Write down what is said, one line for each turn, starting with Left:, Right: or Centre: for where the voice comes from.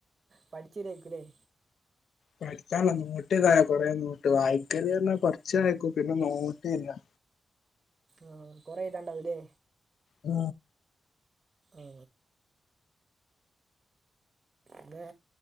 Right: പഠിച്ചിതയിരികുല്ലേ?
Left: പഠിക്കാനല്ല നോട്ടെയ്‌താന കൊറേ നോട്ട് വായിക്കല് കൊറച്ച് വായിക്കും പിന്നെ നോട്ടെഴുതാ.
Right: ആ കൊറെ എഴുതാണ്ടാവുല്ലേ
Left: ആ.
Right: ഏ. ന്നേ